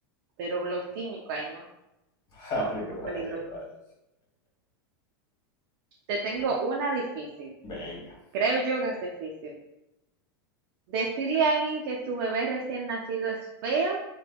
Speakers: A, on the right; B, on the left.
A: Pero los químicos, ahí no,
B: <laughs> Vale,
A: no, eso es
B: vale,
A: muy peligroso.
B: vale.
A: Te tengo
B: <laughs>
A: una difícil.
B: Venga,
A: Creo yo que es difícil. Decirle a alguien que su bebé recién nacido es feo